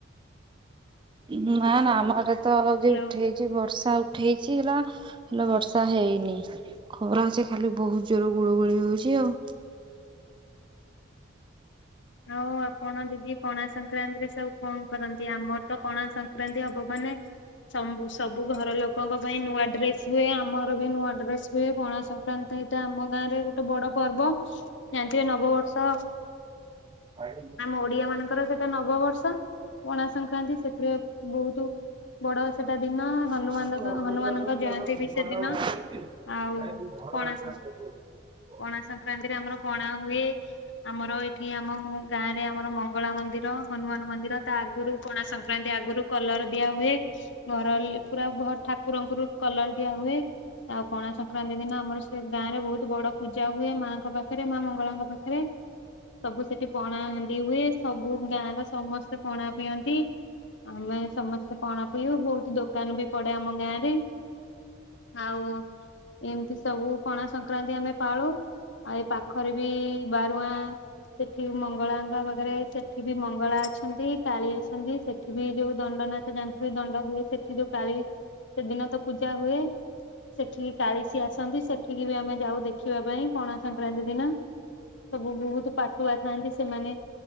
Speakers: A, on the right; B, on the left.
A: ନା ନା ଆମର ତ ଯ
B: ହ୍ୟାଲୋ।
A: ଉଠେଇଛି ବର୍ଷା ଉଠ ଉଠେଇଛି ହେଲା ହେଲେ ବର୍ଷା ହେଇନି ଖବର ଅଛି ଖାଲି ବହୁତ ଜୋର ଗୁଳୁ ଗୁଳି ହଉଛି ଆଉ।
B: ହଉ ଆପଣ ଦିଦି ପଣା ସଂକ୍ରାନ୍ତିରେ ସବୁ କଣ କରନ୍ତି ଆମର ତ ପଣା ସଂକ୍ରାନ୍ତି ହବ ମାନେ ସବୁ ସବୁ ଘର ଲୋକଙ୍କ ପାଇଁ ନୂଆ ଡ୍ରେସ ହୁଏ, ଆମର ବି ନୂଆ ଡ୍ରେସ ହୁଏ ପଣା ସଂକ୍ରାନ୍ତି ଏଇଟା ଆମ ଗାଁରେ ଗୋଟେ ବଡ ପର୍ବ ଯାହାତିରେ ନବବର୍ଷ
A: <inaudible>
B: ଆମ ଓଡିଆ ମାନଙ୍କର ସେଟା ନବବର୍ଷ ପଣା ସଂକ୍ରାନ୍ତି ସେଥିରେ ବହୁତ ବଡ ସେଟା
A: <inaudible>
B: ଦିନ ହନୁମାନ
A: ନାଇଁ
B: ହନୁମାନଙ୍କ ଜୟନ୍ତୀ
A: ଭଲ
B: ବି ସେଦିନ
A: ଅଭ୍ୟାସ
B: ଆଉ ପଣା
A: କର।
B: ସଂ ପଣା ସଂକ୍ରାନ୍ତିରେ ଆମର ପଣା ହୁଏ ଆମର ଏଠି ଆମ ଗାଁ ରେ ଆମର ମଙ୍ଗଳା ମନ୍ଦିର ହନୁମାନ ମନ୍ଦିର ତା ଆଗରୁ କୋଣା ସଂକ୍ରାନ୍ତି ଆଗରୁ କଲର ଦିଆ ହୁଏ ଘର ପୁରା ଠାକୁରଙ୍କର କଲର ଠିଆ ହୁଏ। ଆଉ ପଣା ସଂକ୍ରାନ୍ତି ଦିନ ଆମର, ସେ ଗାଁ ରେ ବହୁତ ବଡ ପୂଜା ହୁଏ। ମାଆଙ୍କ ପାଖରେ ପାଖରେ। ମା ମଙ୍ଗଳାଙ୍କ ପାଖରେ ସବୁ ସେଠି ପଣା ହାଣ୍ଡି ହୁଏ। ସବୁ ଗାଁ ର ସମସ୍ତେ ପଣା ପିଅନ୍ତି ଆମେ ସମସ୍ତେ ପଣା ପଡିବୁ। ବହୁତ ଦୋକାନ ବି ପଡେ ଆମ ଗାଁରେ ଆଉ, ଏମିତି ସବୁ ପଣା ସଂକ୍ରାନ୍ତି ଆମେ ପାଳୁ ଆଉ ଏ ପାଖରେ ବି, ବାରୁଆଁ ସେଠି ମଙ୍ଗଳା ପାଖରେ। ସେଠି ବି ମଙ୍ଗଳା ଅଛନ୍ତି, କାଳୀ ଅଛନ୍ତି। ସେଠି ସେଠି ବି ଯୋଉ ଦଣ୍ଡନାଚ ଜାଣିଥିବେ, ଦଣ୍ଡ ହୁଏ। ସେଠି ଯୋଉ କାଳି। ସେଦିନ ତ ପୂଜା ହୁଏ ସେଠିକି କାଳିଶୀ ଆସନ୍ତି। ସେଠିକି ବି ଆମେ ଯାଉ ଦେଖିବା ପାଇଁ। ପଣା ସଂକ୍ରାନ୍ତି ଦିନ ସବୁ ବହୁତ ପାଟୁଆ ଥାନ୍ତି, ସେମାନେ